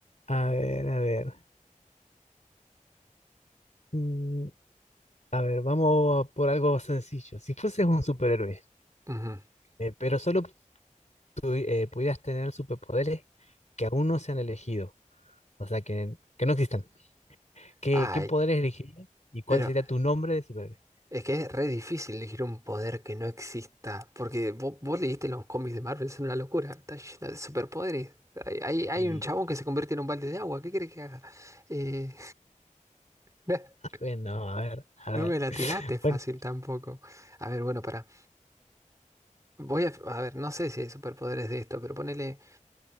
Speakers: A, on the left; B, on the right.
A: a ver, a ver. Mm, a ver, vamos por algo sencillo. Si fueses un superhéroe,
B: Ujú.
A: eh, pero solo tu- eh, pudieras tener superpoderes que aún no se han elegido, o sea, que, que no existan. ¿Qué,
B: Ay,
A: qué poderes elegirías y cuál
B: pero
A: sería tu nombre de superhéroe?
B: Es que es re difícil elegir un poder que no exista, porque vos, vos leíste los cómics de Marvel, son una locura, está lleno de superpoderes. Hay, hay- hay
A: Y
B: un chabón que se convierte en un balde de agua, ¿qué querés que haga? Eh, <laughs>
A: bueno, a ver, a ver.
B: no me la
A: <laughs>
B: tiraste fácil
A: Bueno,
B: tampoco. A ver, bueno, para voy a, a ver, no sé si hay superpoderes de esto, pero ponele.